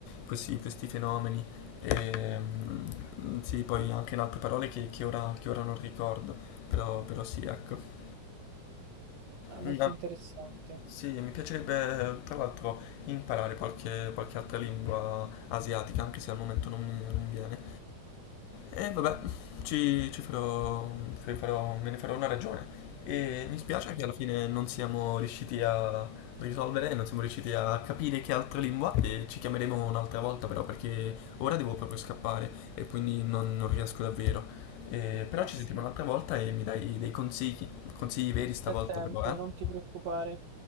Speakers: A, on the left; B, on the right.
A: questi, questi fenomeni. E, mh, sì, poi anche in altre parole che, che ora, che ora non ricordo, però, però sì, ecco.
B: Ah, molto
A: Una-
B: interessante.
A: Sì, mi piacerebbe tra l'altro imparare qualche, qualche altra lingua asiatica, anche se al momento non mi non viene. E vabbè,
B: Mm,
A: ci, ci farò, fe- farò- me ne farò una ragione. E mi spiace che alla fine non siamo riusciti a risolvere, non siamo riusciti a capire che altra lingua e ci chiameremo un'altra volta però perché ora devo proprio scappare e quindi non, non riesco davvero. E- però
B: Ma
A: ci
B: sì.
A: sentiamo un'altra volta e mi dai dei consigli, consigli veri stavolta
B: C'è tempo,
A: però, eh?
B: non ti preoccupare.